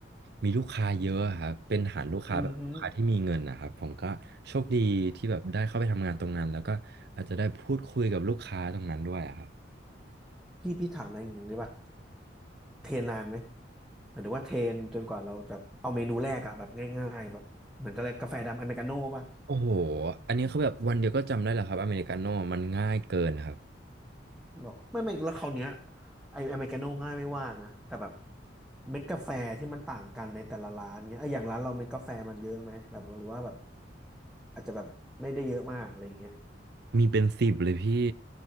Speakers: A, on the right; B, in the centre.
A: มีลูกค้าเยอะครับเป็นฐานลูกค้าแบบลูกค้าที่มีเงินนะครับผมก็โชคดีที่แบบได้เข้าไปทำงานตรงนั้นแล้วก็อาจจะได้พูดคุยกับลูกค้าตรงนั้นด้วยอะครับ
B: อืมฮึพี่พี่ถามอะไรอย่างเงี้ยได้ป่ะเทรนนานไหมหมายถึงว่าเทรนจนกว่าเราจะเอาเมนูแรกอะแบบง่ายๆแบบเหมือนกับอะไรกาแฟดำอเมริกาโน่ป่ะ
A: โอ้โหอันนี้คือแบบวันเดียวก็จำได้เหรอครับอเมริกาโน่มันง่ายเกินครับ
B: หรอไม่ไม่แล้วคราวเนี้ยไออเมริกาโน่ง่ายไม่ว่านะแต่แบบเม็ดกาแฟที่มันต่างกันในแต่ละร้านเงี้ยเอออย่างร้านเราเม็ดกาแฟมันเยอะไหมแบบหรือว่าแบบอาจจะแบบไม่ได้เยอะมากอะไรเงี้ย
A: มีเป็นสิบเลยพี่